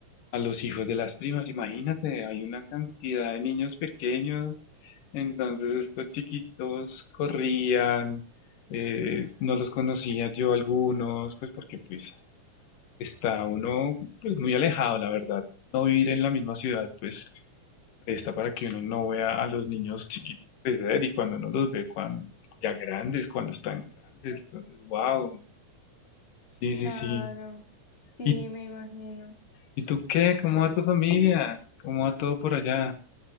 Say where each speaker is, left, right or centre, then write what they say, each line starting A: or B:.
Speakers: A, on the left; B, on the left.
A: a los hijos de las primas. Imagínate, hay una cantidad de niños pequeños, entonces estos chiquitos corrían, eh, no los conocía yo algunos, pues porque pues está uno pues muy alejado, la verdad, no vivir en la misma ciudad, pues presta para que uno no vea a los niños chiquitos crecer y cuando uno los ve cuando, ya grandes, cuando están grandes. Entonces, wow. Sí, sí,
B: Claro,
A: sí.
B: sí,
A: ¿Y,
B: me imagino.
A: y tú qué? ¿Cómo va tu familia? ¿Cómo va todo por allá?